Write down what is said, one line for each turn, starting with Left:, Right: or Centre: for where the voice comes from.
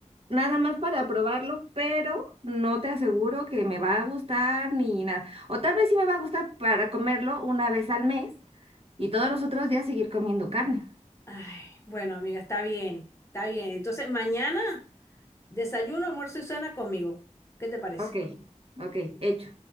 Right: nada más para probarlo, pero no te aseguro que me va a gustar ni nada. O tal vez sí me va a gustar para comerlo una vez al mes y todos los otros días seguir comiendo carne.
Left: Ay, bueno, amiga, está bien, está bien. Entonces, mañana desayuno, almuerzo y cena conmigo. ¿Qué te parece?
Right: Ok, ok, hecho.